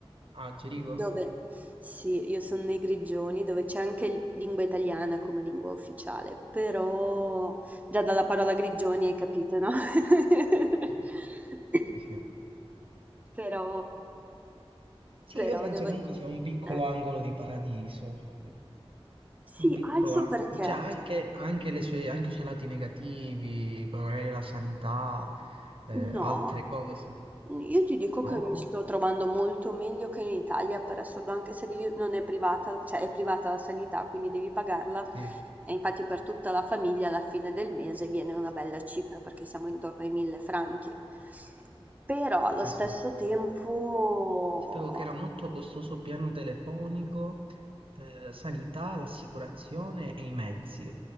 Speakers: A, on the right; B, on the right.
A: A Zurigo?
B: dove sì, io sono nei Grigioni, dove c'è anche lingua italiana come lingua ufficiale, però Già dalla parola grigioni hai capito, no? <laughs>
A: Sì, sì, sì.
B: Però,
A: Sì,
B: però
A: io penso
B: devo...
A: comunque
B: eh.
A: sia un piccolo angolo di paradiso.
B: Sì,
A: Un piccolo...
B: alzo
A: a-
B: perché?
A: Cioè, anche, anche, le sue, anche i suoi lati negativi, come magari la sanità, eh,
B: No,
A: altre cose.
B: io ti dico
A: No?
B: che mi sto trovando molto meglio che in Italia, per assurdo, anche se devi- non è privata, cioè è privata la sanità, quindi devi pagarla.
A: Sì,
B: E infatti per tutta la famiglia alla fine del mese viene una bella cifra, perché siamo intorno ai mille franchi. Però allo
A: sì,
B: stesso
A: sì.
B: tempo...
A: Sapevo che era molto costoso piano telefonico, eh, sanità, l'assicurazione e i mezzi.